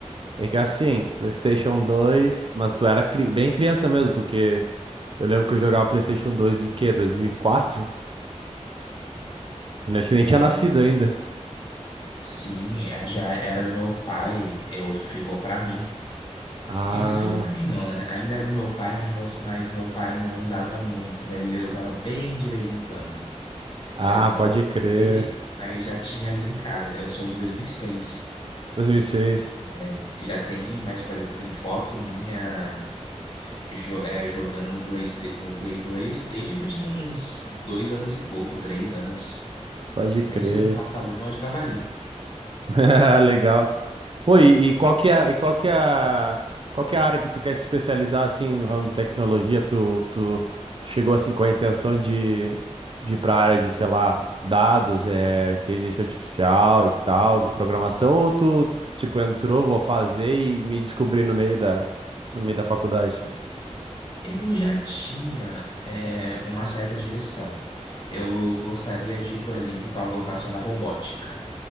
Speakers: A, on the right (about 45°); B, on the left (about 40°).
A: é que assim, PlayStation dois, mas tu era cri- bem criança mesmo, porque eu lembro que eu jogava PlayStation dois em quê? dois mil e quatro. Eu acho que nem tinha
B: É,
A: nascido ainda.
B: sim, era- já era do meu pai, eu ficou pra mim.
A: Ah,
B: que Ficou pra mim não, né? Ainda era do meu pai, mas meu mas meu pai não usava muito, ele usava bem de vez em quando.
A: ah,
B: Era do
A: pode
B: meu
A: crer.
B: pai, mas já tinha ali em casa. Eu sou de 2006.
A: dois mil e seis,
B: É, já tem, mas, por exemplo, tem foto minha jo- é, jogando no Play, no Play 2 desde que eu tinha uns dois anos e pouco, três anos.
A: Pode
B: Nem
A: crer.
B: sabia o que estava
A: pô.
B: fazendo, mas eu estava ali.
A: <laughs> Legal. Pô, e, e qual que é, e qual que é, a- qual que é a área que tu quer se especializar assim no ramo de tecnologia? Tu, tu, tu chegou assim com a intenção de, de ir para a área de, sei lá, dados, é, inteligência artificial e tal, programação, ou tu tipo entrou, vou fazer e me descobri no meio da, no meio da faculdade?
B: Eu já tinha, é, uma certa direção. Eu gostaria de, por exemplo, algo relacionado à robótica.